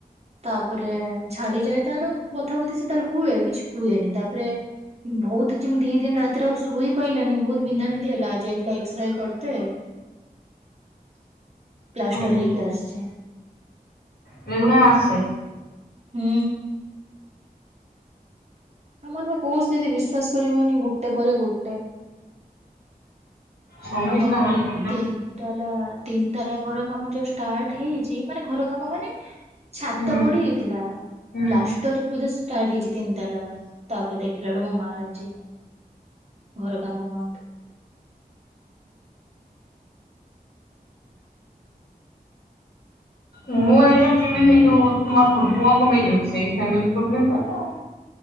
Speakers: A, on the right; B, on the left.
A: ତାପରେ। ଛାଡିଯାଏ ତାର ବଥା ବଥି ସେ ତାର ହୁଏ କିଛି କୁହେନି ତାପରେ ବହୁତ ସେମିତି ଦି ଦିନ ରାତିରେ ଆଉ ଶୋଇ ପାଇଲାନି ବହୁତ ବିନ୍ଧାବିନ୍ଧି ହେଲା ଆଜି ଯାଇଥିଲା। ଏକ୍ସରେ କରତେ ପ୍ଲାଷ୍ଟର
B: ଓହୋ
A: ହେଇକି ଆସିଛେ।
B: <inaudible> ମାସେ।
A: ହୁଁ। ଆମର ବା କୋଉ ସ୍ଥିତି ବିଶ୍ୱାସ କରିବନି ଗୋଟେ ପରେ ଗୋଟେ।
B: ସମସ୍ତଙ୍କର
A: ଆମର ତିନ
B: ପ୍ରୋବ୍ଲେମ୍
A: ତିନତାଲା ତିନିତାଲା ଘର କାମ ଯୋଉ ଷ୍ଟାର୍ଟ ହେଇଛି ମାନେ ଘର କାମ ମାନେ ଛାତ
B: ହୁଁ
A: ପଡିଯାଇଥିଲା
B: ହୁଁ
A: ପ୍ଲାଷ୍ଟର ବୋଧେ ଷ୍ଟାର୍ଟ ହେଇଛି ତିନି ତାଲାର ତାପରେ ଦେଖିଲା ବେଳୁ ମୋ ମାଆ ର ଆଜି ଏୟା। ଘର କାମ ବନ୍ଦ।
B: ମୁଁ ଏଇକା ଯିବିନି। ଯୋଉ ତମ ମୁଆ କମେଇ ଯିବି ସେଇ ଫାମିଲି ପ୍ରୋବ୍ଲେମ ପାଇଁ ଆଉ